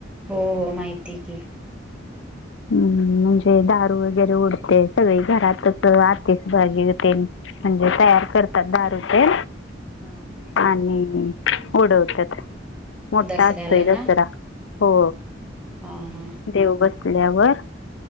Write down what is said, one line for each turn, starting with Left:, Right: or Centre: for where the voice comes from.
Centre: हो हो माहिती की
Left: हम्म म्हणजे दारू वगैरे उडते सगळी घरातच आतेच भाजी हो म्हणजे तया करतात दार ते
Centre: हां हां
Left: आणि उडवतात मोठा
Centre: दसऱ्याला
Left: असतोय
Centre: ना
Left: दसरा हो
Centre: हां हां
Left: देव बसल्यावर